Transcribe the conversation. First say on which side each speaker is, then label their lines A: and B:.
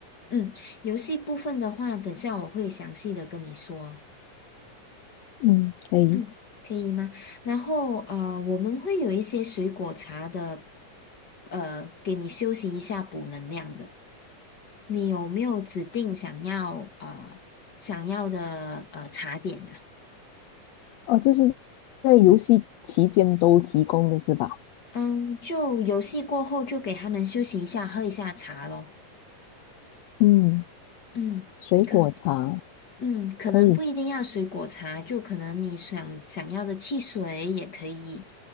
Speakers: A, on the left; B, on the left.
A: 嗯，游戏部分的话，等下我会详细的跟你说。
B: 嗯，可以。
A: 嗯，可以吗？然后呃，我们会有一些水果茶的，呃，给你休息一下补能量的。你有没有指定想要呃想要的呃茶点啊？
B: 哦，就是在游戏期间都提供的是吧？
A: 嗯，就游戏过后就给他们休息一下，喝一下茶咯。
B: 嗯，
A: 嗯，
B: 水果茶
A: 可嗯，可能不一定要水果茶，
B: 可以，
A: 就可能你想想要的汽水也可以